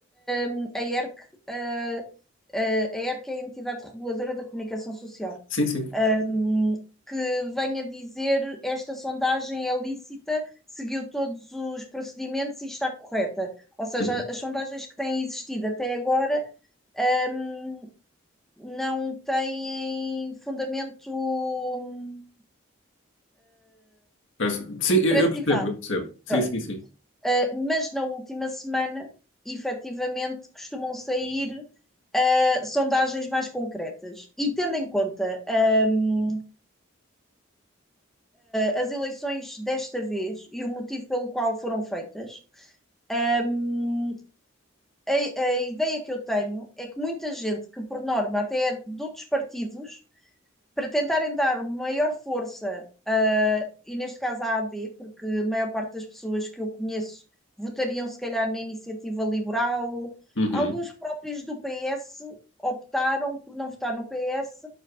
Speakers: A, in the centre; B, on the left.
A: hum, a ERC, eh, eh, a ERC é a entidade reguladora da comunicação social,
B: Sim, sim.
A: hum, que venha dizer esta sondagem é lícita, seguiu todos os procedimentos e está correta. Ou seja,
B: Uhum.
A: as sondagens que têm existido até agora. hum, não têm fundamento hum,
B: Parece-
A: de
B: Sim, eu,
A: veracidade.
B: eu percebo, eu percebo. Sim,
A: Pronto.
B: sim, sim.
A: Ah, mas na última semana, efetivamente, costumam sair ah, sondagens mais concretas. E tendo em conta hum, as eleições desta vez e o motivo pelo qual foram feitas, hum, a, a ideia que eu tenho é que muita gente que, por norma, até é de outros partidos, para tentarem dar maior força, ah, e neste caso à AD, porque a maior parte das pessoas que eu conheço votariam se calhar na iniciativa liberal,
B: Uhum.
A: alguns próprios do PS optaram por não votar no PS